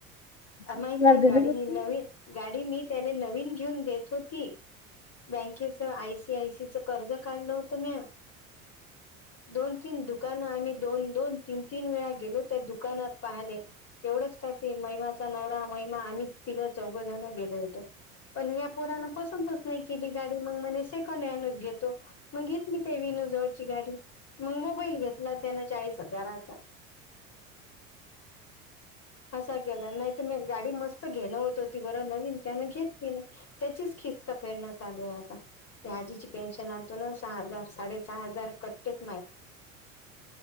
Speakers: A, on the left (about 35°); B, on the left (about 65°).
A: माहित
B: हजार
A: आहे गाडी
B: दिलेच असतील
A: नवीन
B: ना.
A: गाडी मी त्याला नवीन घेऊन देत होती. बँकेच आयसी आयसीच कर्ज काढलं होतं मी. दोन तीन दुकानं आम्ही दोन दोन तीन तीन वेळा गेलो त्या दुकानात पाहाले. एवढंच काय ते महिमाचा नवरा महिमा आणि तिघं चौघंजण गेलो होतो. पण या्या पोरान पसंतच नाही केली गाडी मग म सेकंड हँडच घेतो. मग घेतली ते विनू जवळची गाडी मग मोबाईल घेतला त्यान चाळीस हजाराचा असा केला नाहीत मी गाडी मस्त घेणं होत होती बरं नवीन त्यान घेतली नाही. त्याचीच खिस्त फेरणं चालू आहे आता. त्या आजीची पेन्शन आणतो ना सहा हजार साडे सहा हजार कटतेेत माय